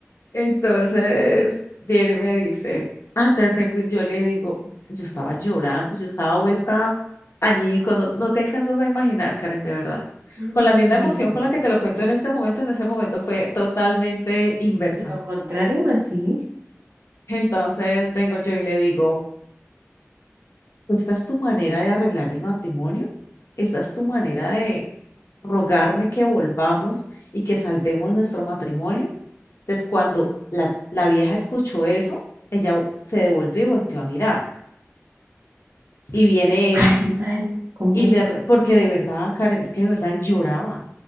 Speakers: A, on the left; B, on the right.
A: Entonces viene y me dice, ah, entonces vengo y yo le digo, yo estaba llorando, yo estaba vuelta añico, no, no te alcanzas a imaginar, Karen, de verdad.
B: No,
A: Con la misma
B: me
A: emoción
B: imagino.
A: con la que te lo cuento en este momento, en ese momento fue totalmente inversa.
B: Lo contrario, así.
A: Entonces vengo yo y le digo, ¿esta es tu manera de arreglar el matrimonio? ¿Esta es tu manera de rogarme que volvamos y que salvemos nuestro matrimonio? Entonces, cuando la, la vieja escuchó eso, ella se devolvió y volteó a mirar. Y viene
B: Ay,
A: él
B: madre, ¿cómo
A: y
B: así?
A: le, re- porque de verdad, Karen, es que de verdad él lloraba.